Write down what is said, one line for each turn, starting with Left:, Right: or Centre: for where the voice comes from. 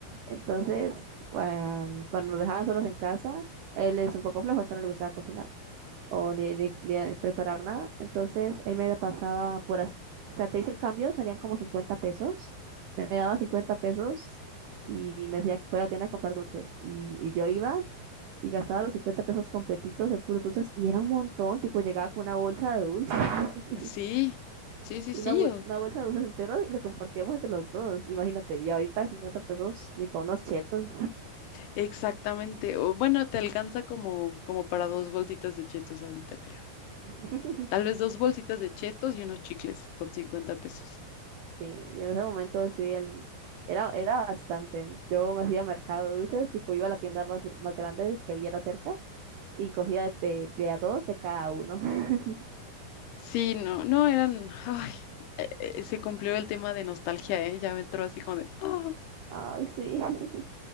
Right: Entonces, cuan- cuando nos dejaban solos en casa, él es un poco flojo, entonces no le gustaba cocinar o ni, ni- ni preparar nada. Entonces él me la pasaba por, as- o sea, te hice el cambio, serían como 50 pesos. Me me daba 50 pesos y me decía que fuera a la tienda a comprar dulces. Y, y yo iba y gastaba los 50 pesos completitos de puros dulces y era un montón, tipo llegaba con una bolsa de dulces <laughs>
Left: Sí, sí, sí,
Right: y
Left: sí.
Right: una, bol-
Left: o-
Right: una bolsa de dulces enteros y le compartíamos entre los dos. Imagínate, y ahorita 50 pesos ni para unos chetos.
Left: Exactamente. O, bueno, te alcanza como, como para dos bolsitas de chetos ahorita, creo.
Right: <laughs>
Left: Tal vez dos bolsitas de chetos y unos chicles con 50 pesos.
Right: Sí, y en ese momento sí, el, era, era bastante. Yo me hacía mercado de dulces, tipo iba a la tienda más, más grande que viera cerca y cogía de, de a dos de cada uno. <laughs>
Left: Sí, no, no eran. Ay, eh, eh, se cumplió el tema de nostalgia, ¿eh? Ya me entró así como de. "Ah".
Right: Ay, sí, <laughs>